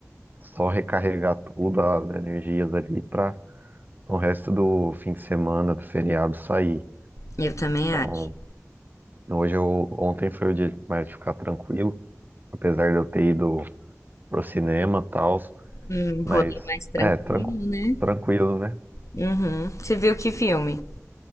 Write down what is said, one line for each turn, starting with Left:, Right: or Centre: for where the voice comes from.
Right: só recarregar tudo, as energias ali pra o resto do fim de semana, do feriado sair.
Left: Eu também
Right: Então,
Left: acho.
Right: hoje eu, ontem foi o dia mais de ficar tranquilo, apesar de eu ter ido pro cinema e tal,
Left: Um
Right: mas
Left: rolê mais tranquilo,
Right: é, tran
Left: né?
Right: tranquilo, né?
Left: Uhum. Você viu que filme?